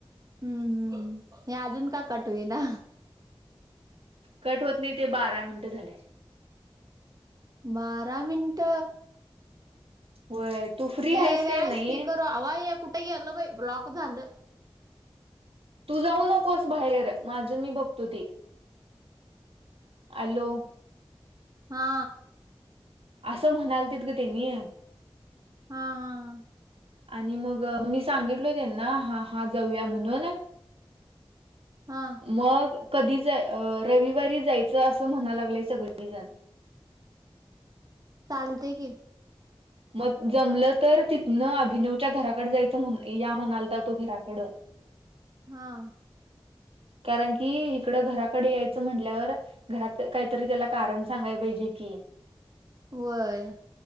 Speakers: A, on the right (about 40°); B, on the right (about 75°).
A: हम्म हम्म हे अजून का कट होईना.
B: कट होत नाही ते बारा मिनिटं झाल्या.
A: बारा मिनट.
B: होय. तू फ्री
A: हे
B: आहेस
A: काय
B: नाही
A: स्पीकर हवा हे कुठे गलं बाई ब्लॉक झालं.
B: तू जाऊ नकोस बाहेर माझं मी बघतो ते. आलो.
A: ह हा.
B: असं म्हणाल तित ग तेन्ही.
A: हा हां.
B: आणि मग मी सांगितलोय त्यांना हाहा जाऊया म्हणून.
A: हा
B: मग, कधी जय अ रविवारी जायचं असं म्हणा लागलंय सगळीजण. <inaudible>
A: चालतय की.
B: मग जमलं तर तिथनं अभिनवच्या घराकड जायचं म्हण या म्हणालता तो घराकडं. <inaudible>
A: हां.
B: कारण की इकडं घराकडे यायचं म्हंटल्यावर घरात काहीतरी त्याला कारण सांगायला पाहिजे कि. <inaudible>
A: व्हय.